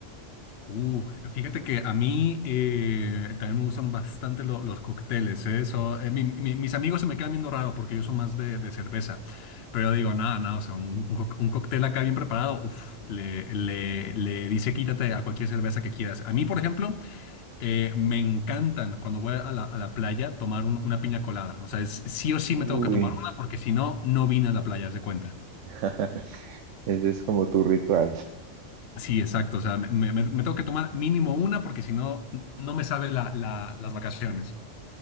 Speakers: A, on the left (about 60°); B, on the right (about 75°).
A: Uh, fíjate que a mí eh, también me gustan bastante lo- los cócteles, ¿eh? So, eh, mi- mi- mis amigos se me quedan viendo raro porque yo soy más de, de cerveza, pero yo digo, nada, nada, o sea, un, un co- un cóctel acá bien preparado, uf, le, le, le dice quítate a cualquier cerveza que quieras. A mí, por ejemplo... Eh, me encantan cuando voy a la, a la playa tomar un- una piña colada. O sea, es, sí o sí
B: Uy,
A: me tengo que tomar una porque si no, no vine a la playa, haz de cuenta.
B: <laughs> ese es como tu ritual.
A: Sí, exacto. O sea, me, me- me tengo que tomar mínimo una porque si no, no me sabe la- la- las vacaciones.